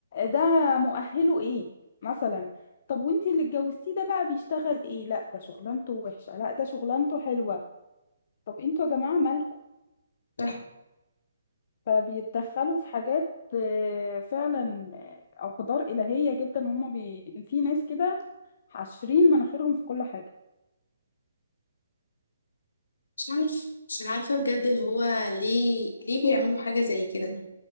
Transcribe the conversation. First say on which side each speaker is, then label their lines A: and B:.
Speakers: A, on the left; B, on the left.
A: ده مؤهله ايه مثلا طب وانتي اللي اتجوزتيه ده بقى بيشتغل ايه لا ده شغلانته وحشة لا ده شغلانته حلوة طب انتوا يا جماعة مالكوا
B: صح
A: فبيتدخلوا في حاجات آه، فعلا آه، أقدار إلهية جدا هما بي... في ناس كده حاشرين مناخيرهم في كل حاجة
B: مش عارف مش عارفة بجد اللي هو ليه ليه بيعملوا حاجة زي كده